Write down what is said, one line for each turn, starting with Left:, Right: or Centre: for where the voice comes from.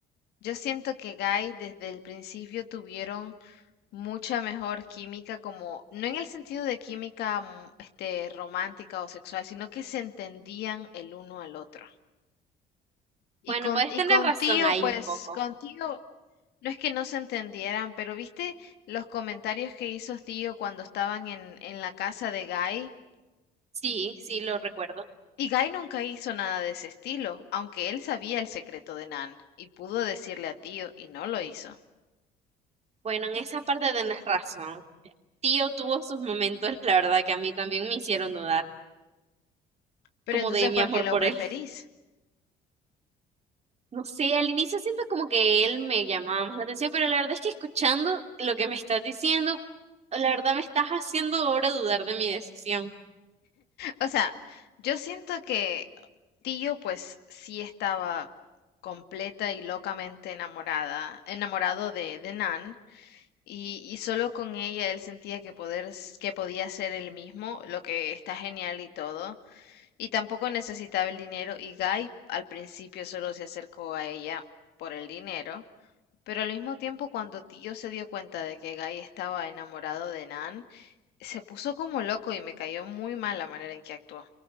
Left: Yo siento que Guy desde el principio tuvieron mucha mejor química, como, no en el sentido de química mm, este, romántica o sexual, sino que se entendían el uno al otro. Y
Right: bueno,
Left: con,
Right: puedes
Left: y
Right: tener
Left: con
Right: razón
Left: Tío,
Right: ahí
Left: pues,
Right: un poco.
Left: con Tío, No es que no se entendieran, pero viste los comentarios que hizo Tío cuando estaban en, en la casa de Guy.
Right: Sí, sí, lo recuerdo.
Left: Y Guy nunca hizo nada de ese estilo, aunque él sabía el secreto de Nan y pudo decirle a Tío y no lo hizo.
Right: Bueno, en esa parte tenés razón. tío tuvo sus momentos, la verdad, que a mí también me hicieron dudar,
Left: Pero
Right: como
Left: entonces,
Right: de mi
Left: ¿por
Right: amor
Left: qué lo
Right: por
Left: preferís?
Right: él. <laughs> No sé, al inicio siento como que él me llamaba más la atención, pero la verdad es que escuchando lo que me estás diciendo, la verdad me estás haciendo ahora dudar de mi decisión.
Left: O sea, yo siento que Tío pues sí estaba completa y locamente enamorada, enamorado de, de Nan, Y, y solo con ella él sentía que poder, s- que podía ser él mismo, lo que está genial y todo. Y tampoco necesitaba el dinero. Y Guy al principio solo se acercó a ella por el dinero. Pero al mismo tiempo, cuando Tío se dio cuenta de que Guy estaba enamorado de Nan, se puso como loco y me cayó muy mal la manera en que actuó.